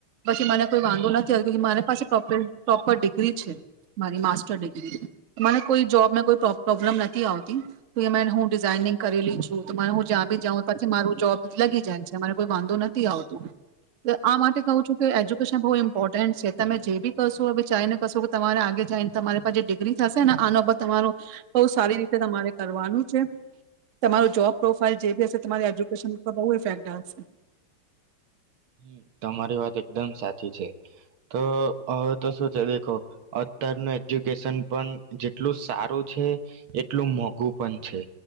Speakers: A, on the right; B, on the right.
A: પછી મને કોઈ વાગો નથી આવતો મારી પાસે પ્રોપર ડિગ્રી છે મારી માસ્ટર ડિગ્રી મને કોઈ જોબને કોઈ પ્રોબ્લમ નથી આવતી તો એ હું ડિઝાઇનિંગ કરેલી છું તો હું જ્યાં બી જાઉં પછી મારું જોબ લગી જાય છે રે કોઈ વાંધો નથી આવતું આ માટે કહું છું કે એજ્યુકેશન બહુ ઇમ્પોર્ટન્ટ છે તમે જે બી કશો હ ચાાઈને કશો કે તમારે આગે જઈને તમારે પા જે ડિગ્રી થશે આનો તમારું બહુ સારી રીતે તમારે કરવાનું છે તમારું જોબ પ્રોફાાઈલ જે બી હશે તમારી એજ્યુકેશન ઉપર બહુ ઇફેક્ટ છે
B: હમ. તમારી વાત એકદમ સાચી છે તો હવે તો શું છે દેખો અત્યારનું એજ્યુકેશન પણ જેટલું સારું છે એટલું મોંઘું પણ છે